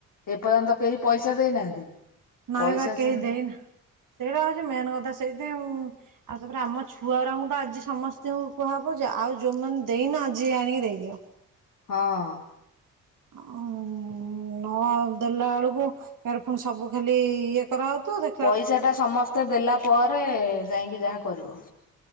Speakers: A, on the left; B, on the right.
A: ଏପର୍ଯ୍ୟନ୍ତ କେହି ପଇସା ଦେଇନାହାନ୍ତି।
B: ନାଇଁ
A: ପଇସା
B: ବା କେହି
A: ସିନା
B: ଦେଇନ ସେଇରା ହଉଛି ମେନ୍ କଥା ସେଇଥି ଆଉ, ଆଉ ତାପରେ ଆମ ଛୁଆ ଗୁରାଙ୍କୁ ତ ଆଜି ସମସ୍ତଙ୍କୁ କୁହାହବଆ ଯେ ଆଉ ଯୋଉମାନେ ଦେଇନ ଆଜି ଆଣିକି ଦେଇଦିଅ।
A: ହଁ।
B: ହଁ ନ ଦେଲା ବେଳକୁ ଏୟାଡୁ ଫୁଣି ସବୁ ଖାଲି ଇଏ କରାହୋଉଥିବ ଦେ
A: ପଇସା ଟା ସମସ୍ତେ ଦେଲା ପରେ ଯାଇକି ଯାହା କରିବ।